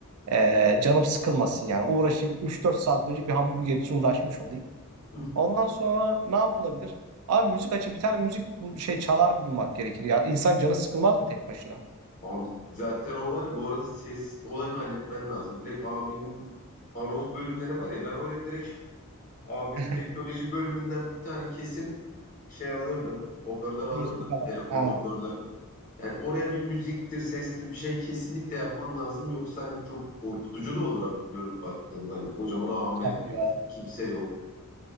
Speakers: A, on the right (about 75°); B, on the left (about 35°).
A: Ee, canım sıkılmasın yani. Uğraşayım üç dört saat boyunca bir hamburger için uğraşmış olayım.
B: <laughs> Hı.
A: Ondan sonra ne yapılabilir? Abi müzik açıp bir tane müzik bu şey çalar bulmak gerekir ya. İnsan canı sıkılmaz mı tek başına?
B: Abi zaten o var ya bu arada ses olayını halletmen lazım. Direkt Ame'nin anons bölümleri var ya ben oraya direkt Ame'nin
A: <laughs>
B: teknoloji bölümünden bir tane kesin şey alırdım. Hoparlör alırdım.
A: Müzik çalar.
B: Telefon
A: Ha,
B: hoparlör. Yani oraya bir müziktir, sestir bir şey kesinlikle yapman lazım. Yoksa hani çok korkutucu da olur ha- dönüp baktığında. Hani kocaman AM
A: çalıyor.
B: diyorsun. Kimse yok.